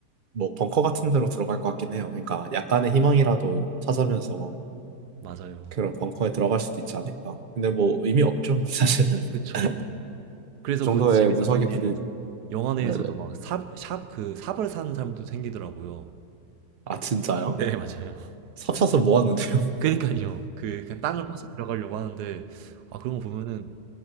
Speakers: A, on the right; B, on the right.
A: 뭐 벙커 같은 데로 들어갈 것 같긴 해요. 그러니까 약간의 희망이라도 찾으면서
B: 맞아요.
A: 그런 벙커에 들어갈 수도 있지 않을까. 근데 뭐 의미 없죠, <laughs> 사실은.
B: 그쵸.
A: 그
B: 그래서
A: 정도의
B: 그 재밌었던
A: 운석이
B: 게
A: 부딪.
B: 영화 내에서도
A: 네네.
B: 막 삽, 삽, 그 삽을 사는 사람도 생기더라고요.
A: 아 진짜요?
B: 네, <laughs> 맞아요.
A: 삽사서 모았는데요. <laughs>
B: 그니까요. 그 그냥 땅을 파서 들어가려고 하는데 아 그런 거 보면은